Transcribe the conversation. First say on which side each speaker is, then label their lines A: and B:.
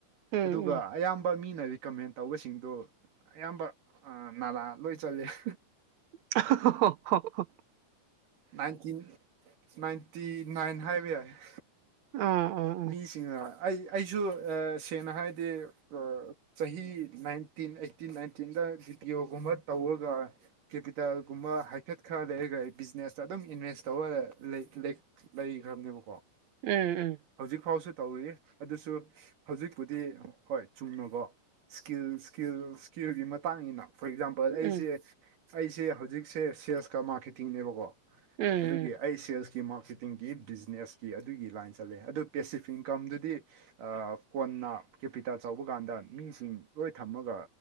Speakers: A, on the right; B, on the right.
A: ꯎꯝ
B: ꯑꯗꯨꯒ
A: ꯎꯝ
B: ꯑꯌꯥꯝꯕ ꯃꯤꯅ ꯀꯃꯦꯟ ꯇꯧꯕꯁꯤꯡꯗꯨ ꯑꯌꯥꯝꯕ ꯑꯥ ꯅꯥꯂꯥ ꯂꯣꯏ ꯆꯠꯂꯦ ꯫
A: <unintelligible>
B: ꯅꯥꯏꯟꯇꯤꯟ ꯅꯥꯏꯟꯇꯤ ꯅꯥꯏꯟ ꯍꯥꯏꯕ ꯌꯥꯏ ꯫
A: ꯎꯝ ꯎꯝ ꯎꯝ
B: ꯃꯤꯁꯤꯡꯅ ꯑꯩ ꯑꯩꯁꯨ ꯑꯥ ꯁꯦꯡꯅ ꯍꯥꯏꯗꯤ ꯑꯥ ꯆꯍꯤ ꯅꯥꯏꯟꯇꯤꯟ ꯑꯩꯠꯇꯤꯟ ꯅꯥꯏꯟꯇꯤꯟꯗ‌ꯕꯤ ꯄꯤ ꯑꯣ ꯒꯨꯝꯕ ꯇꯧꯔꯒ ꯀꯦꯄꯤꯇꯦꯜꯒꯨꯝꯕ ꯍꯥꯏꯐꯦꯠ ꯈꯔ ꯂꯩꯔꯒ ꯕꯤꯖꯤꯅꯦꯁꯇ ꯑꯗꯨꯝ ꯏꯟꯚꯦꯁ ꯇꯧꯔ ꯂꯩ ꯂꯩ ꯂꯩꯈ꯭ꯔꯝꯅꯦꯕꯀꯣ ꯫
A: ꯎꯝ ꯎꯝ
B: ꯍꯧꯖꯤꯛ ꯐꯥꯎꯁꯨ ꯇꯧꯔꯤ ꯑꯗꯨꯁꯨ ꯍꯧꯖꯤꯛꯄꯨꯗꯤ ꯍꯣꯏ ꯆꯨꯝꯅꯕꯣ ꯏꯁꯀꯤꯜ ꯏꯁꯀꯤꯜ ꯏꯁꯀꯤꯜꯒꯤ ꯃꯇꯥꯡꯅꯤꯅ ꯐꯣꯔ ꯑꯦꯛꯖꯥꯝꯄꯜ
A: ꯎꯝ
B: ꯑꯩꯁꯦ ꯑꯩꯁꯦ ꯍꯧꯖꯤꯛꯁꯦ ꯁꯦꯜꯁꯀ ꯃꯥꯔꯀꯦꯇꯤꯡꯅꯦꯕꯀꯣ ꯫
A: ꯎꯝ
B: ꯑꯗꯨꯒꯤ ꯑꯩ ꯁꯦꯜꯁꯀꯤ ꯃꯥꯔꯀꯦꯇꯤꯡꯒꯤ ꯕꯤꯖꯤꯅꯦꯁꯀꯤ ꯑꯗꯨꯒꯤ ꯂꯥꯏꯟ ꯆꯠꯂꯦ ꯫ ꯑꯗꯨ ꯄꯦꯁꯤꯐ ꯏꯟꯀꯝꯗꯨꯗꯤ ꯑꯥꯑ ꯀꯣꯟꯅ ꯀꯦꯄꯤꯇꯦꯜ ꯆꯥꯎꯕ ꯀꯥꯟꯗ ꯃꯤꯁꯤꯡ ꯂꯣꯏ ꯊꯝꯃꯒ